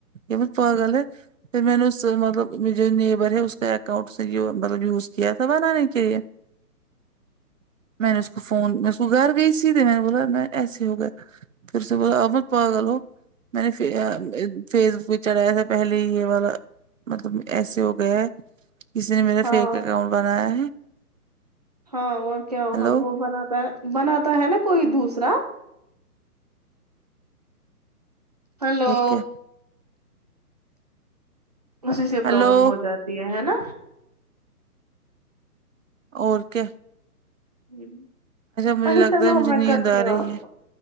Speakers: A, on the right; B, on the right.
A: یہ مت پاگل ہے پھر میں نے اس مطلب جو نیبر ہے اس کا اکاؤنٹ اس نے مطلب یوز کیا تھا بنانے کے لیے میں نے اس کو فون اس کو گھر گئی سیدھے میں نے بولا میں ایسے ہوگا پھر اس نے بولا آپ پاگل ہو میں نے فیس بک پہ چڑھایا تھا پہلے ہی یہ والا مطلب ایسے ہو گیا ہے کسی نے میرا
B: ہاں
A: فیک اکاؤنٹ بنایا ہے
B: ہاں اور کیا
A: ہیلو
B: وہ بناتا ہے بناتا ہے نا کوئی دوسرا ہلو
A: اور کیا
B: اسی سے
A: ہیلو
B: پرابلم ہو جاتی ہے نا
A: اور کیا
B: ہمم
A: مجھے
B: اچھا
A: لگتا
B: چلو
A: ہے مجھے
B: میں
A: نیند
B: کرتی
A: آ
B: ہوں
A: رہی
B: آپ
A: ہے
B: کو